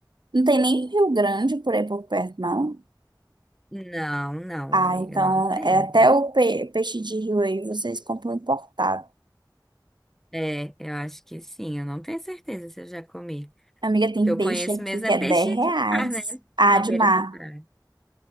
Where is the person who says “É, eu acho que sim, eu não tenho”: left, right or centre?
Centre